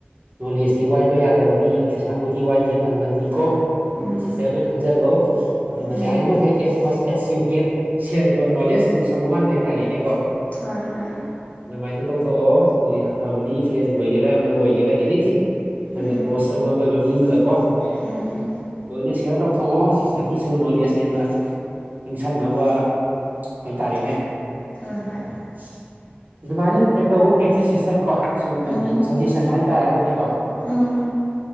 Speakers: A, on the right (about 45°); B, on the left (about 35°).
A: ꯅꯣꯂꯦꯖꯇꯤ ꯋꯥꯏꯠ ꯄꯕ ꯌꯥꯗꯕꯅꯤ ꯄꯩꯁꯥꯕꯨꯗꯤ ꯋꯥꯏꯒꯤꯦ ꯐꯪꯕꯅꯤ ꯀꯣ
B: ꯎꯝ
A: ꯑꯗꯨ ꯁꯤꯁꯇꯔꯁꯨ ꯈꯪꯖꯤꯜꯂꯣ ꯑꯗꯨꯅ
B: ꯎꯝ
A: ꯌꯥꯔꯤꯃꯈꯩ ꯑꯦꯁ ꯃꯁ ꯑꯦꯁ ꯌꯨ ꯀꯦꯟ ꯁ ꯌꯣꯔ ꯅꯣꯂꯦꯖꯇꯨ ꯁꯝ ꯋꯥꯟ ꯍꯥꯏꯇꯥꯔꯦꯅꯦ ꯀꯣ
B: ꯍꯣꯏ ꯍꯣꯏ
A: ꯑꯗꯨꯃꯥꯏꯅ ꯇꯧꯊꯣꯛꯑꯣ ꯑꯗꯨ ꯌꯥꯝ ꯐꯕꯅꯤ ꯐ꯭ꯔꯦꯟꯒꯤ ꯑꯣꯏꯒꯦꯔꯥ ꯑꯃꯒ ꯑꯣꯏꯒꯦꯔꯥ ꯑꯦꯅꯤꯊꯤꯡ ꯅꯪꯒ
B: ꯎꯝ
A: ꯀ꯭ꯂꯣꯁ ꯑꯃ ꯑꯣꯏꯕ ꯃꯤ ꯑꯃꯗꯀꯣ
B: ꯎꯝ
A: ꯂꯣꯏꯅ ꯁꯤꯌꯥꯔ ꯇꯧꯊꯣꯛꯑꯣ ꯁꯤꯁꯇꯔꯒꯤꯁꯨ ꯅꯣꯂꯦꯖ ꯍꯦꯟꯅ ꯅꯤꯡꯁꯤꯡꯅꯕ ꯍ ꯇꯥꯔꯅꯦ
B: ꯍꯣꯏ ꯍꯣꯏ
A: <inaudible> ꯑꯗꯨꯃꯥꯏꯅ ꯄꯦꯛ ꯇꯧꯕ ꯄ꯭ꯔꯦꯛꯇꯤꯁ ꯁꯤꯁꯇꯔ ꯀꯣ ꯁꯨꯝ
B: ꯎꯝ
A: ꯑꯩꯒꯤ ꯁꯖꯦꯁꯟ ꯍꯥꯏꯇꯥꯔꯒꯗꯤꯀꯣ
B: ꯎꯝ